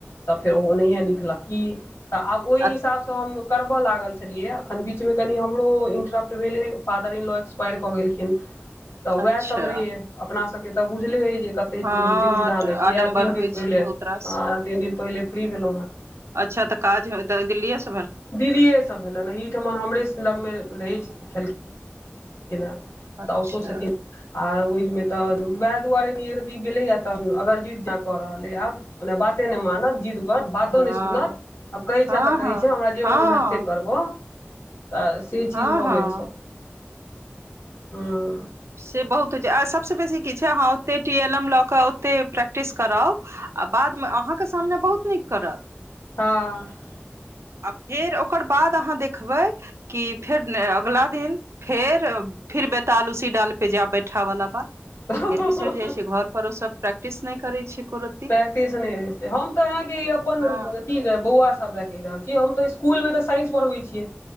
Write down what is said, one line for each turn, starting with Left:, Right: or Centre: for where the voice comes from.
Left: तऽ फेर ओनेहे लिखलक की तऽ आब ओहि
Right: अ
Left: हिसाब तऽ हम करबऽ लागल छलियै एखन बीच में कनि हमरो इन्टरप्ट भेलै फादर इन लॉ एक्सपायर कऽ गेलखि तऽ
Right: अच्छा
Left: उएह सम रहि अपना सबके तऽ बुझले है जे कतै
Right: हँ
Left: ते दिन विधान दै छी
Right: आडम्बर
Left: इएह तीन
Right: होइ
Left: दिन पहिले
Right: छै बहुत
Left: आ
Right: रास
Left: तीन दिन पहिले फ्री भेलहुँ हे
Right: अच्छा तऽ काज दिल दिल्ली सँ
Left: दिल्लीए सभ भेल एहिठमा हमरे लगमे रह छलखिन केना
Right: अच्छा
Left: साउसो छथिन आ ओहि में तऽ वहै दुआरे यदि भेलेए तऽ अगर जुत कऽ रहले आब ओने बाते नै मानत जींद बातो
Right: हँ
Left: नहि सुनत आब कहै
Right: हँ
Left: छ तऽ कहै
Right: हँ
Left: छ हमरा जे
Right: हँ
Left: मन हैत से करबो तऽ से
Right: हँ
Left: चीज भऽ
Right: हँ
Left: गेल छै हं
Right: से बहुत होइत छै आ स भस बेसी की छै अहाँ ओ ओते टी एल एम लऽ के ओते प्रैक्टिस कराउ आ बाद में अहाँ के सामने बहुत नीक करत
Left: हाँ
Right: आ फेर ओकर बाद आहाँ देखबै की फेर अगला दीन फेर फिर बैताल उसी डाल पे जा बैठा वला बात
Left: हँ
Right: फेर बिसरि जाइ छै घर पर सब प्रैक्टिस नै करै छै एको रती
Left: प्रैक्टिस नै होई छै हम तऽ अहा के अपन
Right: हँ
Left: बौआ सब कहि रहल छीयै हम तऽ स्कुल मे तऽ साइंस पढ़बै छियै